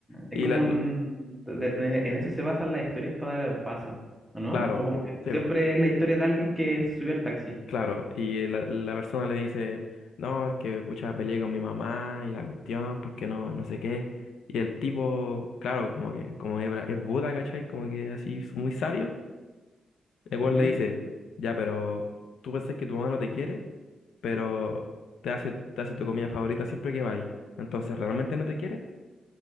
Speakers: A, in the centre; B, on the left (about 85°).
A: es
B: Y
A: como
B: la- l-
A: un... de- de- en eso se basan las historias para dar el paso, ¿o no?
B: claro,
A: O como que
B: sí,
A: siempre
B: po,
A: es la historia de alguien que subió al taxi.
B: claro. Y la, la persona le dice, no, es que pucha, peleé con mi mamá y la cuestión, porque no, no sé qué. Y el tipo, claro, como que como es, bra- es Buda, ¿cachai? Como que así es muy sabio. El weón
A: Ujú,
B: le dice, ya, pero tú pensás que tu mamá no te quiere, pero te hace, te hace tu comida favorita siempre que vais. Entonces, ¿realmente no te quiere?